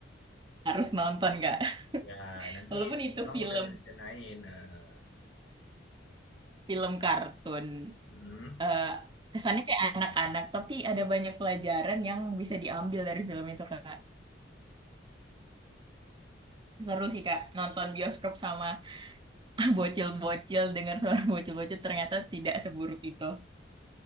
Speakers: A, on the right (about 25°); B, on the left (about 85°).
A: harus nonton Kak.
B: Ya nanti
A: Walaupun itu
B: memang
A: film
B: udah direncanain. eh.
A: film kartun,
B: Mm-mm.
A: eh, kesannya kayak anak-anak, tapi ada banyak pelajaran yang bisa diambil dari film itu Kak. Seru sih Kak, nonton bioskop sama <laughs> bocil-bocil, dengar suara bocil-bocil ternyata tidak seburuk itu.